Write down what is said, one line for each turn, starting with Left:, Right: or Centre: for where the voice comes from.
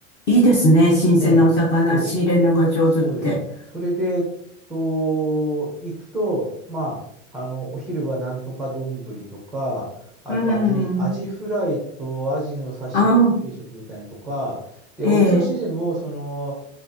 Left: いいですね。新鮮なお魚仕入れるのが上手って。
Centre: ねえ、そう。そうで、それで、えっと、行くと、まあ、あの、お昼はなんとか丼とか、あとアジ、
Left: うん。
Centre: アジフライとアジの刺身定食みたいなのとか、
Left: ああ、
Centre: で、
Left: ええ、
Centre: お味噌汁も、その、